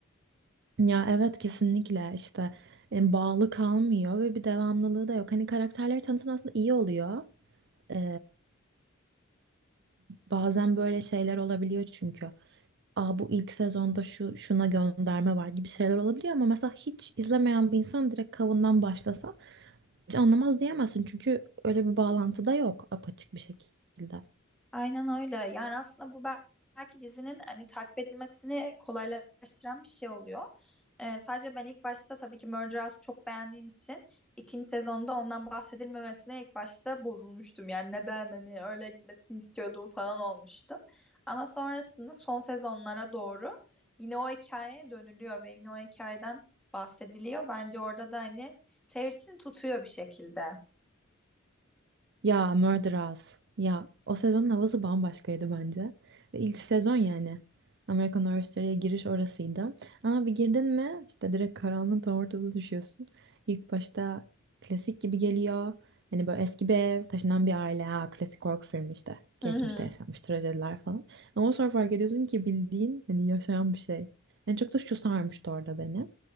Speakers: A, on the right; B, in the centre.
A: Ya evet kesinlikle işte e, bağlı kalmıyor ve bir devamlılığı da yok. Hani karakterleri tanıtan aslında iyi oluyor. E, bazen böyle şeyler olabiliyor çünkü. Aa bu ilk sezonda şu şuna gönderme var gibi şeyler olabiliyor ama mesela hiç izlemeyen bir insan direkt kavundan başlasa Hiç anlamaz diyemezsin çünkü öyle bir bağlantı da yok apaçık bir şekilde.
B: Aynen öyle. Yani aslında bu bel- belki dizinin hani takip edilmesini kolaylaştıran bir şey oluyor. Ee, sadece ben ilk başta tabii ki Murder House çok beğendiğim için ikinci sezonda ondan bahsedilmemesine ilk başta bozulmuştum. Yani neden hani öyle gitmesini istiyordum falan olmuştum. Ama sonrasında son sezonlara doğru yine o hikayeye dönülüyor ve yine o hikayeden bahsediliyor. Bence orada da hani seyircisini tutuyor bir şekilde.
A: Ya Murderers. Ya o sezonun havası bambaşkaydı bence. Ve ilk sezon yani. American Horror Story'ye giriş orasıydı. Ama bir girdin mi işte direkt karanlığın tam ortasına düşüyorsun. İlk başta klasik gibi geliyor. Hani böyle eski bir ev, taşınan bir aile. Ha, klasik korku filmi işte.
B: Hı
A: Geçmişte
B: hı.
A: yaşanmış trajediler falan. Ama sonra fark ediyorsun ki bildiğin hani yaşayan bir şey. En çok da şu sarmıştı orada beni.